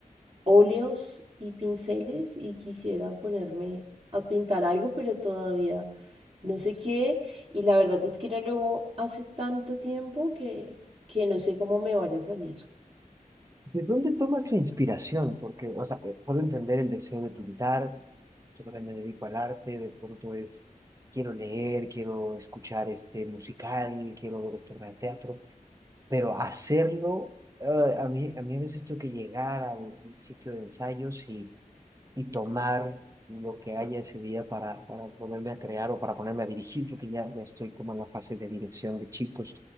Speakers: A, on the right; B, on the right.
A: óleos y pinceles y quisiera ponerme a pintar algo, pero todavía no sé qué. Y la verdad es que no lo hago hace tanto tiempo que, que no sé cómo me vaya a salir.
B: ¿De dónde tomas tu inspiración? Porque, o sea, eh, puedo entender el deseo de pintar. Yo también me dedico al arte, de pronto es, quiero leer, quiero escuchar este musical, quiero ver esta obra de teatro. pero hacerlo, eh, a mí, a mí a veces tengo que llegar al, al sitio de ensayos y, y tomar lo que haya ese día para, para ponerme a crear o para ponerme a dirigir, porque ya, ya estoy como en la fase de dirección de chicos.